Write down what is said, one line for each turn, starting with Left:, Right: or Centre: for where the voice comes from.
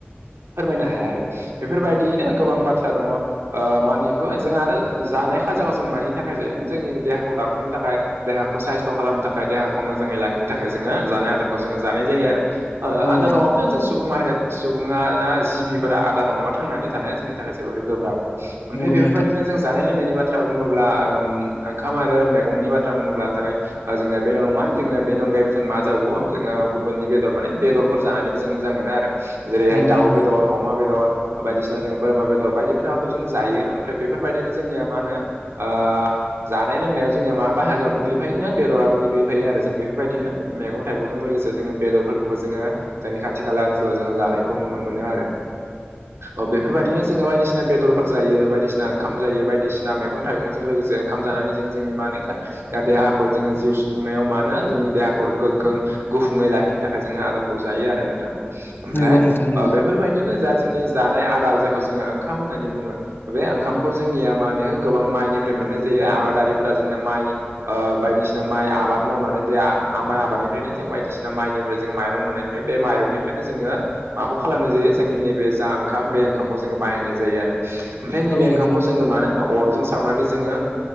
Right: फोरमायनो हाया आरो बेफोरबायदियैनो गोबां बाथ्रा दङ' ओ मानिखौ जों आरो जानाय खाजाखौ जों मानि थाखाय जायो जोंनि देहाखौ दाफुंनो थाखाय देहाखौ साइस्थ' खालामनो थाखाय देहाखौ मोजाङै लाखिनो थाखाय जोङो जानाय आदारखौ जोङो जानाय जायो आरो ओ
Left: औ
Right: आदार
Left: नोंथां
Right: नङाबा जों सुबुं माहारिया सुबुङा आ जिबिफोरा आदार नङाबा थांनानै थानाया जोंनि थाखाय जोबोर गोब्राब ओमफ्राय
Left: नंगौ
Right: बेफोरबायदिनो
Left: नोंथां
Right: जों जानाय लोंनायनि बाथ्रा बुङोब्ला ओम ओंखाम आरो मेगंनि बाथ्रा बुङोब्लाथाय ओ जोंना बेल' नङा जोङो बेनि अनगायै जों मा जाबावो जों ओ गुबुननि बेदर माने बेदरफोर जानानैबो जों मोजां मोनो आरो जेरैहाय
Left: नंगौ
Right: दाउ
Left: नोंथां
Right: बेदर अमा बेदर बायदिसिना जों बोरमा बेदर बायदिफिनाखौ जों जायो ओमफ्राय बेफोरबायदिनो जोंनिया मा होनो ओ जानाय लोंनायाव जोंनिया मा बाहागोआबो <unintelligible> बायदिनो बेदराबो गोग्लैफायो आरो जों बेफोरबायदिनो मेगं थाइगं जों लोगोसे जोङो बेदरफोरखौबो जोङो जोंनि खाथि खाला ओनसोलाव जोङो जानायखौ नुनो मोनो आरो अ बेफोरबायदिनो जोङो बायदिसिना बेदरफोर जायो बायदिसिना ओंखाम जायो बायदिसिना मेगं थाइगंजों लोगोसे खाम जानानै जोङो जोंनि मानो इखो जा देहाखौ जोङो जिउ सुफुंनायाव मानो जोंनि देहाखुर गोख्रों गुफुङै लाखिनो थाखाय जोङो आदारखौ जायो आरो नोंथां ओमफ्राय
Left: नंगौ नोंथां नंगौ
Right: ओ बेफोरबायदिनो जा जोंनि जानाय आदार जायखौ जोङो ओंखाम होननानै बुङो बे ओंखामखौ जोंनिया मा होनो गोबां माइनिफ्राय मोननाय जायो आबादारिफोरा जोंनिया माइ ओ बायदिसिना माइ आबाद मावनानै बे माइ आबादनि फ्रायनो जों बायदिसिना माइनिफ्राय जों माइरं मोननायनिफ्राय बे माइरंनिफ्रायनो जोङो माखौ खालामनाय जायो जोंनि नैबे जा ओंखाम बे ओंखामखौ जोङो बानायनाय जायो आरो । ओमफ्राय नैबे
Left: औ नोंथां
Right: ओंखामखौ जोङो मानो अरजों सावनानै जोङो